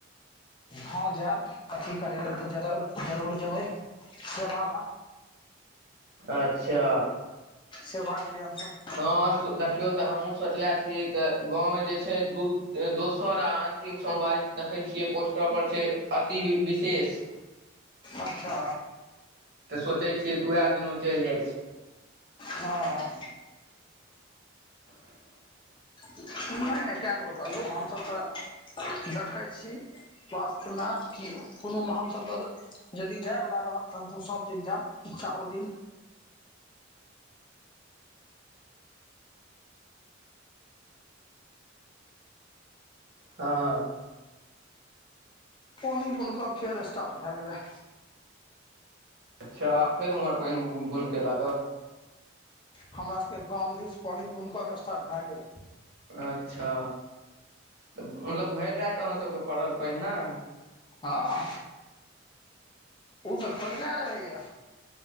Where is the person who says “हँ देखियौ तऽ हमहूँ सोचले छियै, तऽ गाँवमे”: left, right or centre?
Right